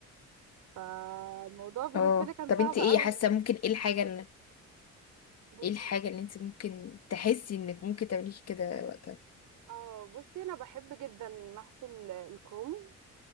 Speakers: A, on the right (about 85°); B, on the left (about 55°).
A: فالموضوع بالنسبه
B: اه
A: لي كان
B: طب
A: صعب
B: انت ايه
A: قوي
B: حاسه ممكن ايه الحاجه اللي
A: بصي
B: ايه الحاجه اللي انت ممكن تحسي انك ممكن تعمليه كده وقتها
A: اه بصي انا بحب جدا محشي ال- الكروم